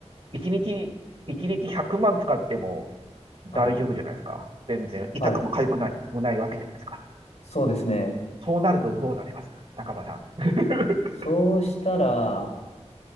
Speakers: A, on the right; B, on the left.
A: ?1 日、一日100万使っても大丈夫じゃないですか。
B: はい、
A: 全然、痛くも痒くないもないわけじゃないですか。
B: はい。そうですね。
A: そうなるとどうなります中間さん。<laughs>
B: そうしたら、